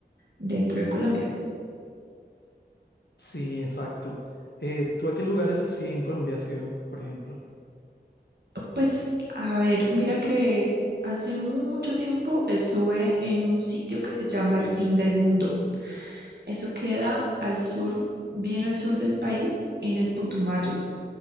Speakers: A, on the right (about 70°); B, on the left (about 75°).
A: dentro de Colombia.
B: Sí, exacto. Eh, ¿tú a qué lugares así en Colombia has ido, por ejemplo?
A: Pues, a ver, mira que hace mucho tiempo estuve en un sitio que se llama El Fin del Mundo. Eso queda al sur, bien al sur del país, en el Putumayo.